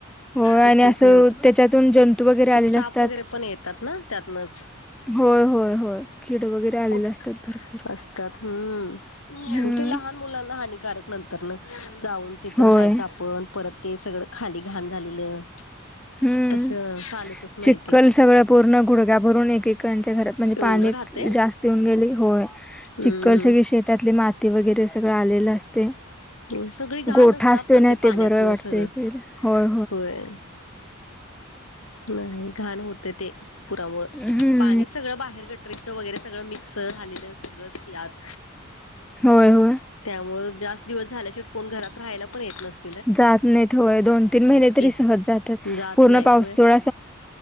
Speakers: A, in the centre; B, on the left.
A: होय
B: ते
A: आणि
B: खूप
A: असं
B: हे होत
A: त्याच्यातून जंतू वगैरे आलेले
B: साप
A: असतात.
B: वगैरे पण येतात ना त्यातनच
A: होय होय होय कीड वगैरे आलेले
B: कुठ
A: असतात भरपूर
B: असतात हम्म
A: हम्म.
B: ते लहान मुलांना हानिकारक नंतर जाऊन ते तर
A: होय.
B: रहायचं आपण परत ते सगळं खाली घाण झालेलं
A: हम्म
B: तस चालतच नाही
A: चिक्कल
B: ते
A: सगळं पूर्ण गुडघ्या भरून एकेकांच्या घरात म्हणजे
B: एवढं
A: पाणी
B: राहते
A: जास्त येऊन गेली होय.
B: हम्म
A: चिककल सगळे शेतातली माती वगैरे सगळं आलेलं असते.
B: हो सगळी घणच
A: गोठा
B: ना
A: असतोय
B: पण ते पाण्यात
A: बरं
B: न
A: वाटतंय
B: सगळं
A: इकडे. होय
B: होय. नाही घाण होते ते पुरामुळे
A: हम्म
B: पाणी सगळं बाहेर गटरीच वगैरे सगळं मिक्स झालेलं सगळंच आत
A: होय होय
B: त्यामुळे जास्त दिवस झाल्या शेवटी कोण घरात राहायला पण येत नसत.
A: जात नही तोवहर दोन तीन महिने
B: की
A: तरी सहज जात्यात
B: जात
A: पूर्ण
B: नाहीत
A: पाऊसूळा
B: होय